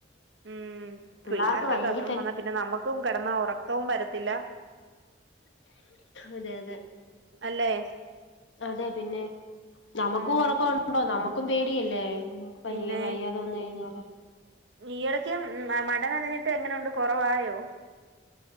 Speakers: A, on the right; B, on the left.
A: ഉം
B: പിള്ളേർക്ക്
A: പിള്ളേർക്കൊക്കെ
B: വയ്യങ്കി
A: അസുഖം വന്നാ പിന്നെ നമ്മുക്കും കെടന്നാ ഒറക്കവും വരത്തില്ല
B: അതെ അതെ
A: അല്ലേ
B: അതെ പിന്നെ നമുക്കും
A: ഉം
B: ഒറക്കണ്ടോ നമ്മക്കും പേടിയല്ലേ പനിയാ
A: പിന്നെ
B: വയ്യാതെ വന്നു കയിഞ്ഞാല്
A: ഈയിടക്ക് മഴനനഞ്ഞിട്ട് എങ്ങനുണ്ട് കൊറവായോ